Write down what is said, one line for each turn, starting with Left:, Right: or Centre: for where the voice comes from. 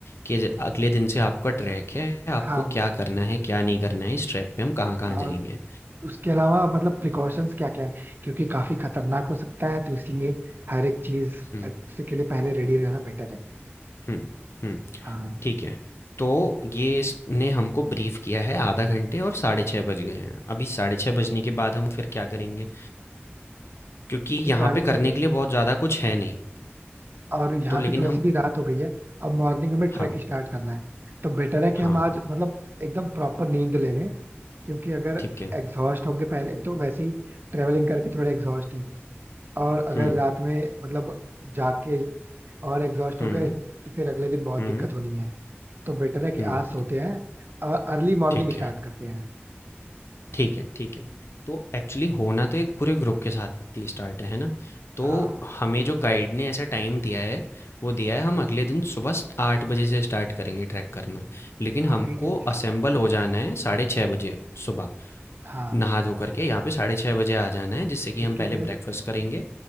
Left: कि ज- अगले दिन से आपका ट्रैक है आपको
Right: हाँ वो
Left: क्या
Right: तो-
Left: करना है क्या नहीं करना है इस ट्रैक पे हम कहाँ कहाँ
Right: हाँ
Left: जाएंगे
Right: उसके अलावा मतलब प्रिकॉशंस क्या क्या है क्योंकि काफी खतरनाक हो सकता है तो इसलिए हर एक चीज
Left: हम्म
Right: से के लिए पहले रेडी रहना बेटर है
Left: हम्म हम्म
Right: हाँ
Left: ठीक है तो ये इसने हमको ब्रीफ किया है आधा घंटे और साढ़े छः बज गए हैं अभी साढ़े छः बजने के बाद हम फिर क्या करेंगे क्योंकि
Right: अभी
Left: यहाँ
Right: साढ़े
Left: पे करने
Right: छह बज
Left: के
Right: गए
Left: लिए बहुत ज़्यादा कुछ है नहीं
Right: और यहाँ
Left: तो लेकिन
Right: पे तो वैसे
Left: हम
Right: भी रात हो गई है अब मॉर्निंग हमें ट्रैक
Left: हाँ,
Right: स्टार्ट करना है तो बेटर है कि
Left: हाँ,
Right: हम आज मतलब एकदम प्रॉपर नींद ले लें क्योंकि अगर
Left: ठीक है।
Right: एग्जॉस्ट होंगे पहले एक तो वैसे ही ट्रेवलिंग करके थोड़े एग्जॉस्ट हैं और अगर
Left: हुँ,
Right: रात में मतलब जाके और एग्जॉस्ट
Left: हुँ,
Right: हो गए तो फिर अगले दिन बहुत
Left: हुँ,
Right: दिक्कत होनी है तो बेटर है कि
Left: हुँ,
Right: आज सोते हैं और अर्ली मॉर्निंग
Left: ठीक
Right: स्टार्ट
Left: है,
Right: करते हैं
Left: ठीक है, ठीक है। तो एक्चुअली होना तो एक पूरे ग्रुप के साथ ही स्टार्ट है, है ना? तो
Right: हाँ
Left: हमें जो गाइड ने ऐसा टाइम दिया है, वो दिया है हम अगले दिन सुबह स 8 बजे से स्टार्ट करेंगे ट्रैक करना। लेकिन
Right: हाँ
Left: हमको
Right: फिर ठीक है
Left: असेंबल हो जाना है साढ़े 6 बजे सुबह,
Right: हाँ
Left: नहा धो कर के यहाँ पे साढ़े 6 बजे आ जाना है जिससे कि
Right: क्योंकि
Left: हम पहले
Right: फिर
Left: ब्रेकफ़ास्ट करेंगे